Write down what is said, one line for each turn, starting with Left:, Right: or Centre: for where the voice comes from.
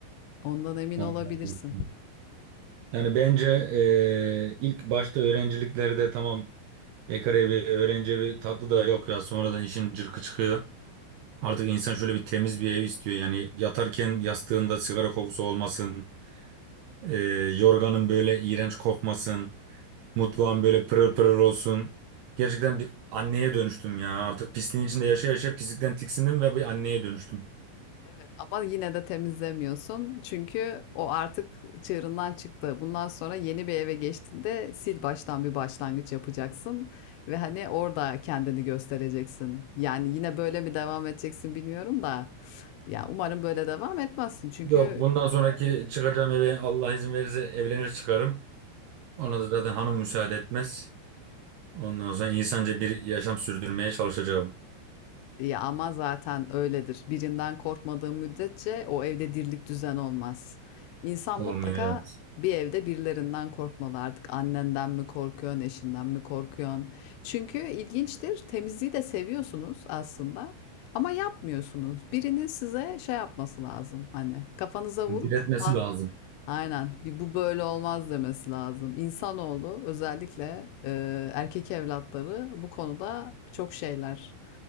Left: ondan emin
Right: <laughs>
Left: olabilirsin.
Right: Yani bence eee, ilk başta öğrenciliklerde tamam bekar evi, öğrenci evi tatlı da yok ya sonradan işin cırkı çıkıyor. Artık insan şöyle bir temiz bir ev istiyor. Yani yatarken yastığında sigara kokusu olmasın, eee, yorganın böyle iğrenç kokmasın, mutfağın böyle pırır pırır olsun. Gerçekten bir anneye dönüştüm ya. Artık pisliğin içinde yaşa yaşa pislikten tiksindim ve bir anneye dönüştüm.
Left: Evet ama yine de temizlemiyorsun. Çünkü o artık çığırından çıktı. Bundan sonra yeni bir eve geçtiğinde sil baştan bir başlangıç yapacaksın ve hani orada kendini göstereceksin. Yani yine böyle mi devam edeceksin bilmiyorum da. Ya umarım böyle devam etmezsin. Çünkü
Right: Yok bundan sonraki çıkacağım eve Allah izin verirse evlenir çıkarım. Ona da zaten hanım müsaade etmez. Ondan sonra insanca bir yaşam sürdürmeye çalışacağım.
Left: Ya ama zaten öyledir. Birinden korkmadığı müddetçe o evde dirlik düzen olmaz. İnsan
Right: Olmuyor
Left: mutlaka
Right: evet.
Left: bir evde birilerinden korkmalı artık. Annenden mi korkuyorsun, eşinden mi korkuyorsun? Çünkü ilginçtir. Temizliği de seviyorsunuz aslında. Ama yapmıyorsunuz. Birinin size şey yapması lazım. Hani kafanıza vurup
Right: Bir
Left: ha
Right: lazım.
Left: aynen bir bu böyle olmaz demesi lazım. İnsanoğlu özellikle e, erkek evlatları bu konuda çok şeyler